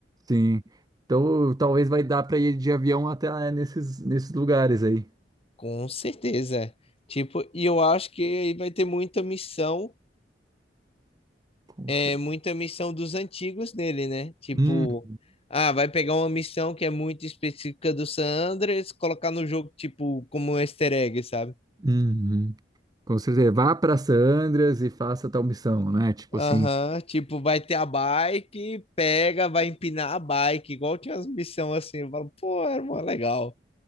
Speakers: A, on the right (about 20°); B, on the left (about 35°).
A: Sim. Então talvez vai dar para ir de avião até lá é, nesses, nesses lugares aí.
B: Com certeza. é. Tipo, e eu acho que ele vai ter muita missão
A: Com
B: é
A: cer-
B: muita missão dos antigos nele, né? Tipo,
A: Uhum.
B: ah, vai pegar uma missão que é muito específica do San Andreas, colocar no jogo, tipo, como um easter egg, sabe?
A: Uhum. Com certeza. Vá para Sandras e faça tal missão, né? Tipo
B: Aham,
A: assim.
B: tipo, vai ter a bike, pega, vai empinar a bike, igual tinha as missões assim. Eu falo, pô, era mó legal.